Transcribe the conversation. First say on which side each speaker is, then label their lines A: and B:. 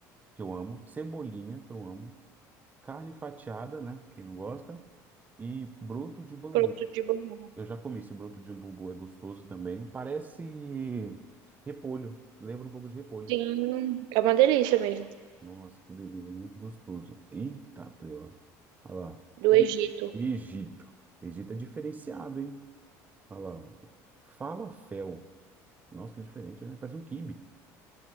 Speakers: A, on the right; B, on the right.
A: que eu amo, cebolinha, que eu amo, carne fatiada, né? Quem não gosta, e broto de bambu.
B: Produto de banana.
A: Eu já comi esse broto de umbu, é gostoso também. Parece repolho, lembra um pouco de repolho.
B: Sim, é uma delícia mesmo.
A: Nossa, que delícia, é muito gostoso. Eita, prela. Olha lá.
B: Do
A: E
B: Egito.
A: Egito. Egito é diferenciado, hein? Olha lá. ó. Falafel. Nossa, que diferente, né? Parece um quibe.